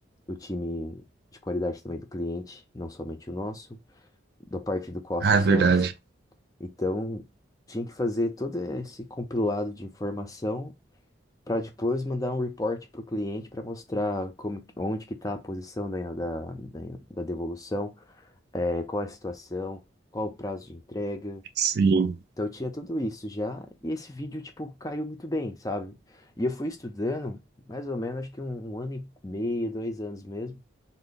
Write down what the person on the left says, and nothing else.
do time de qualidade também do cliente, não somente o nosso da parte do Cosmos
Service. Então, tinha que fazer todo esse compilado de informação para depois mandar um report para o cliente para mostrar como, que- onde que está a posição da, da, da, da devolução, eh, qual é a situação, qual o prazo de entrega.
Então, eu tinha tudo isso já, e esse vídeo, tipo, caiu muito bem, sabe? E eu fui estudando, mais ou menos, acho que um, um ano e meio, dois anos mesmo,